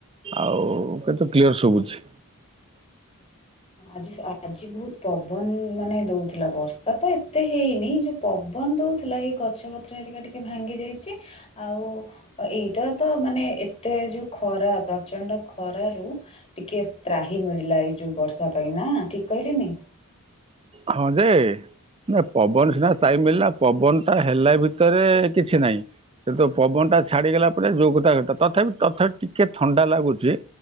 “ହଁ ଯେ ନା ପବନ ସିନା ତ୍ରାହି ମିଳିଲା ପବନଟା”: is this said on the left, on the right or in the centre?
Right